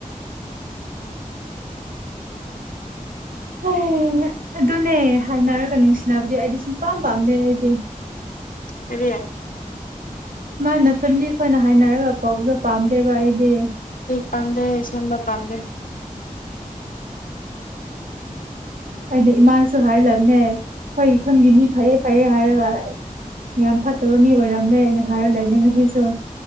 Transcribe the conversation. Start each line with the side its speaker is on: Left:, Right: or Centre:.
Right: ꯍꯣꯏ ꯑꯗꯨꯅꯦ ꯍꯥꯏꯅꯔꯒ ꯅꯨꯡꯁꯤꯅꯕꯗꯤ ꯑꯩꯗꯤ ꯁꯨꯝ ꯄꯥꯝ ꯄꯥꯝꯅꯦ ꯑꯩꯗꯤ
Left: ꯁꯤꯔꯤ
Right: ꯃꯥꯅ ꯐꯦꯃꯤꯂꯤ ꯑꯩꯣꯏꯅ ꯍꯥꯏꯅꯔꯒ ꯄꯥꯎꯖ ꯄꯥꯝꯗꯦꯕꯏꯒꯦ
Left: ꯄꯗꯦ ꯁꯝꯕ ꯄꯗꯦ
Right: ꯑꯩꯅ ꯏꯃꯥꯟꯁꯨ ꯍꯥꯏꯔꯂꯕꯅꯦ ꯑꯩꯈꯣꯏ ꯈꯨꯜꯒꯤ ꯃꯤ ꯐꯩꯌꯦ ꯐꯩꯦ ꯍꯥꯏꯔꯒ ꯌꯥꯝ ꯐ ꯐꯠꯇꯕ ꯃꯤ ꯑꯣꯏꯔꯝꯃꯦꯅ ꯍꯥꯏꯔ ꯂꯩꯅꯦ ꯉꯁꯤꯁꯨ